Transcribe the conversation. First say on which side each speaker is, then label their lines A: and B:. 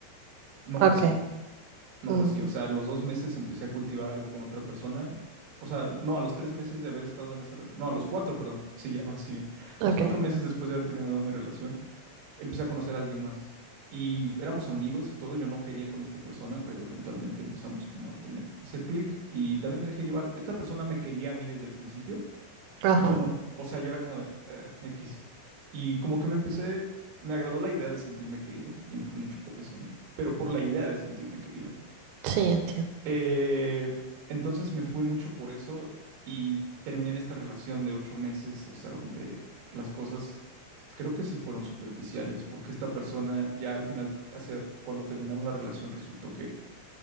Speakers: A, on the right; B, on the right.
A: No
B: ok,
A: fue así, no
B: mm,
A: fue así. O sea, a los dos meses empecé a cultivar algo con otra persona. O sea, no, a los tres meses de haber estado en esa... re- No, a los cuatro, perdón. Sí, ya, ahora sí bien. A
B: ok,
A: los cuatro meses después de haber terminado mi relación, empecé a conocer a alguien más. Y f- éramos amigos y todo, yo no quería con esta persona, pero eventualmente empezamos como a tener, a hacer clic y también me dejé llevar. Esta persona me quería a mí desde el principio,
B: ajá,
A: y yo no. O sea, yo era como de "Eh, X. Y como que me empecé, me agradó la idea de sentirme querido y me fui mucho por eso, ¿no? Pero por la idea de sentirme querido.
B: sí, entiendo,
A: Eh, entonces me fui mucho por eso y terminé en esta relación de ocho meses, o sea, donde las cosas creo que sí fueron superficiales, porque esta persona ya al final, hacia cuando terminamos la relación, resultó que